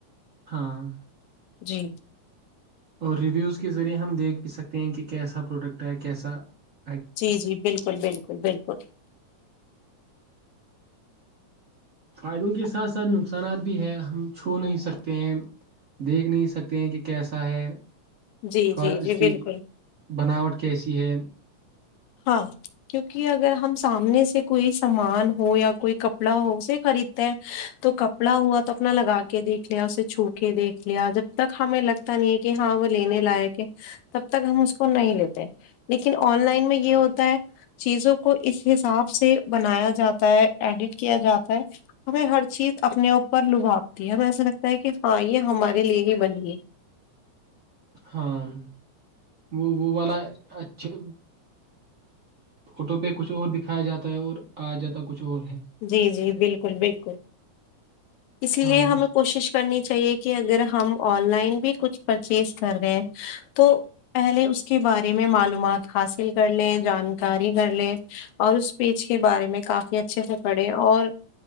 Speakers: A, on the right (about 60°); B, on the left (about 80°).
A: ہاں <unintelligible>
B: جی <unintelligible>
A: اور ریویوز کے ذریعے ہم دیکھ بھی سکتے ہیں کہ کیسا پروڈکٹ ہے کیسا <unintelligible>
B: جی جی بالکل بالکل بالکل <unintelligible>
A: فائدوں کے ساتھ ساتھ نقصانات بھی ہے ہم چھو نہیں سکتے ہیں دیکھ نہیں سکتے ہیں کہ کیسا ہے <unintelligible>
B: جی
A: کا
B: جی
A: اس
B: جی
A: کی
B: بالکل
A: بناوٹ کیسی ہے <unintelligible>
B: ہاں کیونکہ اگر ہم سامنے سے کوئی سامان ہو یا کوئی کپڑا ہو اسے خریدتے ہیں تو کپڑا ہوا تو اپنا لگا کے دیکھ لیا اسے چھو کے دیکھ لیا جب تک ہمیں لگتا نہیں ہے کہ ہاں وہ لینے لائق ہے تب تک ہم اس کو نہیں لیتے لیکن آن لائن میں <unintelligible> یہ ہوتا ہے چیزوں کو اس حساب سے بنایا جاتا ہے ایڈٹ کیا جاتا ہے ہمیں ہر چیز اپنے اوپر لبھاپتی ہے ہمیں ایسا لگتا ہے کہ ہاں یہ ہمارے لیے ہی بنیے <unintelligible>
A: ہاں <unintelligible> وہ وہ والا اچھا <unintelligible> فوٹو پہ کچھ اور دکھایا جاتا ہے اور آ جاتا کچھ اور ہے
B: جی جی بالکل بالکل اسی
A: ہاں
B: لیے ہمیں
A: اس-
B: کوشش کرنی چاہیے کہ اگر ہم اور آن لائن بھی کچھ پرچیز کر رہے ہیں تو پہلے اس کے بارے میں معلومات حاصل کر لیں جانکاری کر لیں اور اس پیج کے بارے میں کافی اچھے سے پڑھے اور